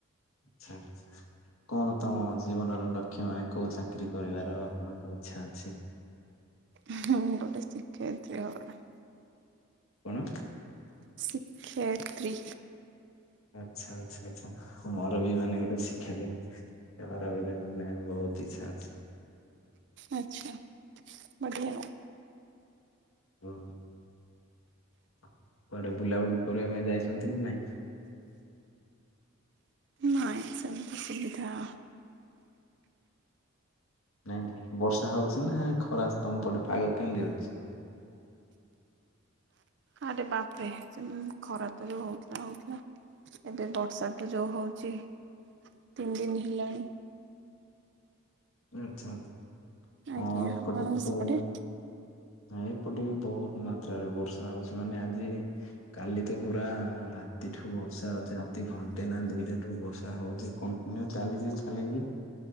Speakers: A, on the left (about 80°); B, on the right (about 55°).
A: ଆଛା। କଣ ତମ ଜୀବନର ଲକ୍ଷ ମାନେ କୋଉ ଚାକିରି କରିବାର ଆପଣଙ୍କ ଇଛା ଅଛି?
B: ହଁ ଗୋଟେ ସିଖେଇଦିଅ ଗୋଟେ।
A: କଣ?
B: ଶୀ କ୍ଷେ ତ୍ରି।
A: ଆଚ୍ଛା ଆଚ୍ଛା ଆଚ୍ଛା ଆଚ୍ଛା ମୋର ବି ମାନେ ଗୋଟେ ଶିକ୍ଷା ଏାରଭେ ବହୁତ ଇଚ୍ଛା ଅଛି <unintelligible>
B: ଆଚ୍ଛା ବଢିଆ ଆଉ
A: ହଁ କୁଆଡେ ବୁଲାବୁଲି କରିବା ପାଇଁ ଯାଇଛନ୍ତି ନା ନାଇଁ?
B: ନାଇଁ ସେମିତି ସୁବିଧା
A: ନାଇଁ ବର୍ଷା ହଉଛି ନା ଖରା ତମ ପଟେ ପାଗ କେମିତି ଅଛି?
B: ଆରେ ବାପରେ ଖରା ତ ଯୋଉ ହଉଥିଲା ହଉଥିଲା। ଏବେ ବର୍ଷା ତ ଯୋଉ ହଉଛି ତିନି ଦିନ ହେଲାଣି
A: ଆଚ୍ଛା ହଁ
B: ଆଜ୍ଞା
A: ଏପଟେ
B: ଆପଣଙ୍କ
A: କେତେବେଳେ
B: ସେପଟେ
A: ଏପଟେ ବି ବହୁତ ମାତ୍ରାରେ ବର୍ଷା ହଉଛି ମାନେ ଆଜି କାଲି ତ ପୁରା ରାତିଠୁ ବର୍ଷା ହଉଛି ରାତି ଘଣ୍ଟେ ନା ଦିଇଟାଠୁ ବର୍ଷା ହଉଛି କ ଚାଲିଛି ଚାଲିଛି